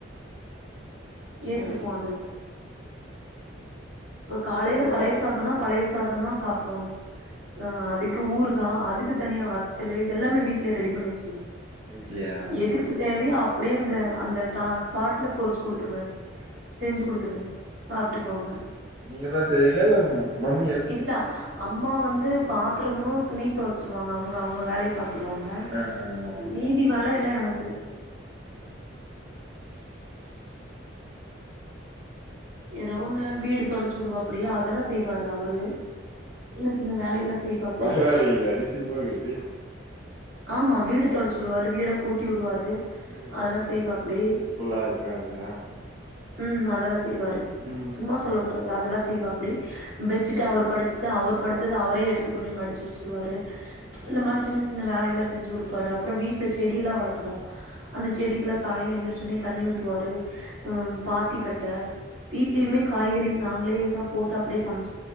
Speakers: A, on the right; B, on the right.
A: ஏத்துக்குவான்
B: சரி சரி
A: அதுவும் <inaudible> இப்ப காலேயில
B: பரவால்ல
A: பழைய சாதம்னா பழைய சாதம் தான் சாப்புடணும் அஹ் அதுக்கு ஊறுகா அதுக்கு தனியா வத்தலு இதெல்லாமே வீட்ல ரெடி பண்ணி வச்சிருவோம்
B: வீட்லயா
A: எதுக்கு
B: ஓகே
A: தேவையோ
B: ஓகே
A: அப்டியே அந்த அந்த தா ஸ்பாட்ல பொறிச்சு கொடுத்துருவேன் செஞ்சு குடுத்துருவேன் சாப்ட்டுக்குவாங்க
B: நீங்கதா செய்வீங்களா இல்லம் மம்
A: இல்ல அம்மா வந்து பாத் <unintelligible> துணி தொவச்சிருவாங்க அவங்க அவங்க வேலய பார்த்து த்துருவாங்க
B: ஆ ஆ ஓகே
A: மீதி
B: ஓகே
A: வேலையெல்லாம் எனக்கு
B: ம்
A: ஏதாவொண்ணு வீடு தொடுடைச்சிவிடுவாப்டி அதெல்லாம் செய்வாரு அவரு சின்ன சின்ன வேலையெல்லா செய்வாப்படி
B: பரவாயில்லைங்களே அதிசயமாகுது
A: ஆமா வீடு தொடச்சிடுவாரு வீட கூட்டி உடுவாரு
B: உங்களுக்கு
A: அதெல்லாம்
B: ஹெல்ப்
A: செய்வ
B: உங்களுக்கு
A: அப்படி
B: யூஸ்ஃபுல்லா இருக்கு அது ஆ
A: உம் அதெல்லாம் செய் பாரு
B: ம்
A: சும்மா சொல்லக்கூடாது அதெல்லாம் செய் செய்வ அப்படி பெட்ஷீட் அவர் படிச்ச அவர் படுத்தது அவரே எடுத்துக்கொண்டே மடிச்சு வச்சிருவாரு
B: ம்
A: இந்த மாதிரி சின்ன சின்ன சின்ன வேலையெல்லாம் செஞ்சு கொடுப்பாரு அப்புறம் வீட்டுல செடிய எல்லாம் வளர்த்துறோம் அந்த செடிக்குெல்லாம் காலையில எழுந்திரச்ச உடனே தண்ணி ஊத்துவாரு பாத்தி கட்ட வீட்லயுமே காய்கறி நாங்களே தான் போட்டு அப்படியே சமைச்சு